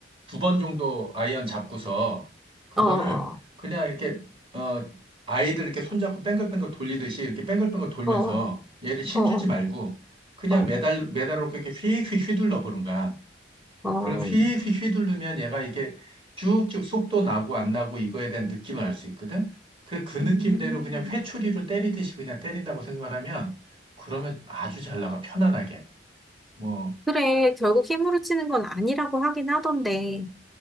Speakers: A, on the right; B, in the centre.
A: 두 번 정도 아이언 잡고서 그거를
B: 어, 어,
A: 그냥 이렇게 아이들 이렇게 손잡고 뱅글뱅글 돌리듯이 이렇게 뱅글뱅글 돌면서
B: 어,
A: 얘를 힘주지
B: 어,
A: 말고 그냥
B: 어, 어,
A: 매달, 매달로 그렇게 휙휙 휘둘러 보는 거야.
B: 어.
A: 그럼 휙휙 휘두르면 얘가 이게 쭉쭉 속도 나고 안 나고 이거에 대한 느낌을 알 수 있거든? 그그 느낌대로
B: 음.
A: 그냥 회초리로 때리듯이 그냥 때린다고 생각을 하면 그러면 아주 잘 나가, 편안하게. 뭐,
B: 그래. 결국 힘으로 치는 건 아니라고 하긴 하던데,